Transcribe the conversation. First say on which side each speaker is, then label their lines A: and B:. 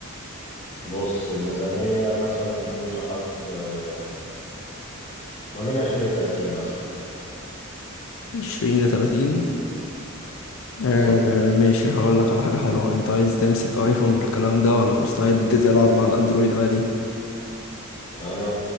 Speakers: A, on the left; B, on the left.
A: بص الميزانية مثلا نقول لحد آه، ما بين 20 ل 30 مثلا
B: 20 ل 30 آه
A: بالظبط
B: آه، ماشي هقول لك على حاجة حلوة انت عايز تمسك ايفون والكلام ده ولا مستعد تلعب مع الاندرويد عادي
A: انا